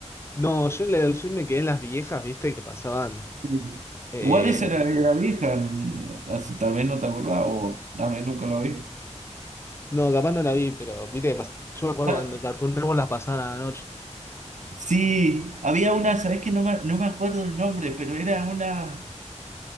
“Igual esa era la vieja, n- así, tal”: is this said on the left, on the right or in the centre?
Right